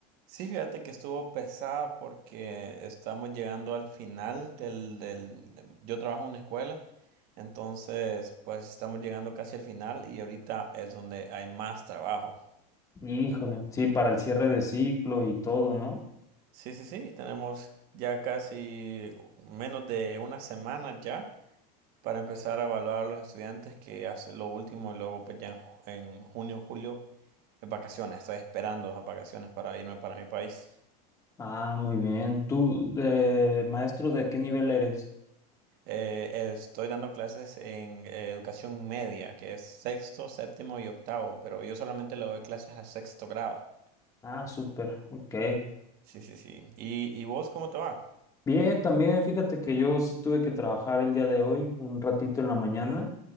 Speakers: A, on the right; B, on the left.
A: Sí, fíjate que estuvo pesada porque estamos llegando al final del, del... de- Yo trabajo en una escuela, entonces pues estamos llegando casi al final y ahorita es donde hay más trabajo.
B: Híjole, sí, para el cierre de ciclo y todo, ¿no?
A: Sí, sí, sí, tenemos ya casi menos de una semana ya para empezar a evaluar a los estudiantes que hacen lo último y luego pues ya en, ju- en junio, julio, en vacaciones. Estoy esperando las vacaciones para irme para mi país.
B: Ah, muy bien. ¿Tú, de maestro, de qué nivel eres?
A: Eh, eh, estoy dando clases en eh, educación media, que es sexto, séptimo y octavo, pero yo solamente le doy clases a sexto grado.
B: Ah, súper, ok.
A: Sí, sí, sí. ¿Y, y vos cómo te va?
B: Bien, también fíjate que yo sí tuve que trabajar el día de hoy, un ratito en la mañana.